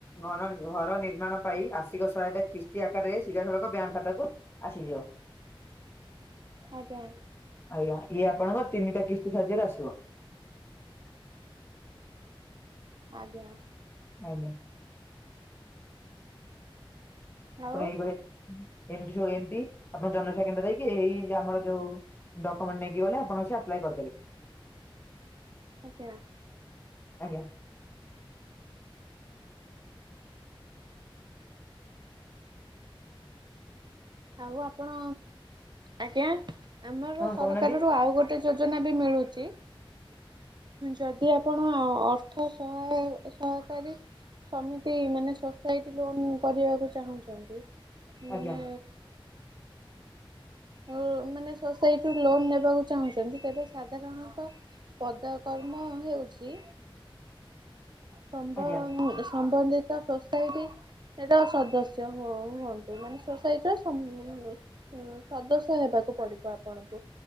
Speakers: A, on the left; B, on the right.
A: ଘନ ଘର ନିର୍ମାଣ ପାଇଁ ଆ ମାସିକ ସହାୟତା କିସ୍ତି ଆକାରରେ ସିଧାସଳଖ ବ୍ୟାଙ୍କ ଖାତାକୁ ଆସିଯିବ।
B: ଆଜ୍ଞା
A: ଆଜ୍ଞା ଇଏ ଆପଣଙ୍କର ତିନିଟା କିସ୍ତି ସାହାଯ୍ୟରେ ଆସିବ।
B: ଆଜ୍ଞା।
A: ଆଜ୍ଞା। ଆପଣ
B: ଆଉ
A: ଏଇଭଳି ଏମତି ସ ଏମିତି ଆପଣ ଜନସେବା କେନ୍ଦ୍ର ଯାଇକି ଏଇ ଆମର ଯୋଉ ଡକୁମେଣ୍ଟ ନେଇକି ଗଲେ ଆପଣଙ୍କର ସେ ଆପ୍ଲାଏ କରିଦେବେ।
B: ଆଜ୍ଞା।
A: ଆଜ୍ଞା।
B: ଆଉ ଆପଣ ଆଜ୍ଞା, ଆମର
A: ହଁ
B: ସରକାର
A: କହୁନାହାନ୍ତି
B: ରୁ ଆଉ ଗୋଟେ ଯୋଜନା ବି ମିଳୁଚି। ଯଦି ଆପଣ ଅର୍ଥ ସହାୟ ସହକାରୀ ସମିତି ମାନେ ସୋସାଇଟି ଲୋନ୍ କରିବାକୁ ଚାହୁଁଛନ୍ତି ମାନେ
A: ଆଜ୍ଞା।
B: ଓ ମାନେ ସୋସାଇଟିରୁୁ ଲୋନ ନେବାକୁ ଚାହୁଁଛନ୍ତି ତେବେ ସାଧାରଣତଃ ପଦ କର୍ମ ହେଉଛି ସମ୍ଭନିୟ
A: ଆଜ୍ଞା
B: ସ ନ୍ଦିତ ସୋସାଇଟି ର ସଦସ୍ୟ ହୁଅନ୍ତୁ। ମାନେ ସୋସାଇଟିର ସ ସଦସ୍ୟ ହେବାକୁ ପଡିବ ଆପଣଙ୍କୁ।